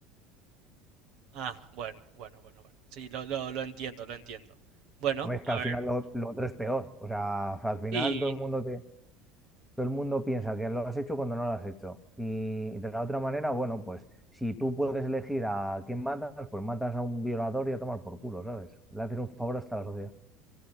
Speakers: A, on the right; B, in the centre.
A: Ah, bueno, bueno, bueno, bueno. Sí, lo, lo, lo entiendo, lo entiendo. Bueno,
B: Hombre, es que al
A: a ver.
B: final lo, lo otro es peor. O sea, al final
A: Y
B: todo el mundo te... Todo el mundo piensa que lo has hecho cuando no lo has hecho. Y de la otra manera, bueno, pues si tú puedes elegir a quién matas, pues matas a un violador y a tomar por culo, ¿sabes? Le haces un favor hasta la sociedad.